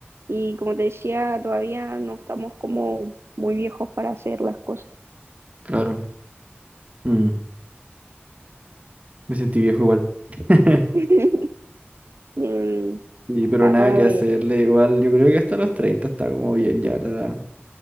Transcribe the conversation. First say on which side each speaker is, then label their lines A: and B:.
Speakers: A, on the right; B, on the right.
A: Y como te decía, todavía no estamos como muy viejos para hacer las cosas.
B: Claro. Mm, me sentí viejo igual. <laughs>
A: <laughs> Mm,
B: Sí, pero
A: a
B: nada que hacerle,
A: ver,
B: igual yo creo que hasta los 30 está como bien ya la edad.